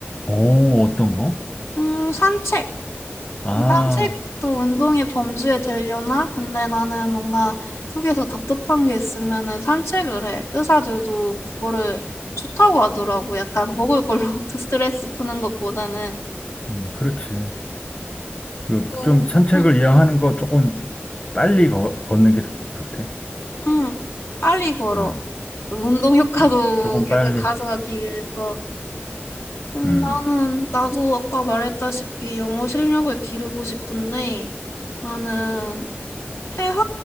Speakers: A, on the left (about 30°); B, on the left (about 85°).
A: 오, 어떤 거?
B: 음, 산책.
A: 아,
B: 산책도 운동의 범주에 들려나? 근데 나는 뭔가 속에서 답답한 게 있으면은 산책을 해. 의사들도 그거를 좋다고 하더라고. 약간 먹을 걸로 <laughs> 스트레스 푸는 것보다는.
A: 음, 그렇지. 그
B: 오.
A: 좀 산책을
B: 응,
A: 이왕하는 거 조금 빨리 거, 걷는 게 좋대.
B: 응, 빨리 걸어.
A: 음,
B: 운동 효과도
A: 어, 조금 빨리.
B: 약간 가져가기 위해서. 음,
A: 음,
B: 나는, 나도 아까 말했다시피 영어 실력을 기르고 싶은데, 나는 회화?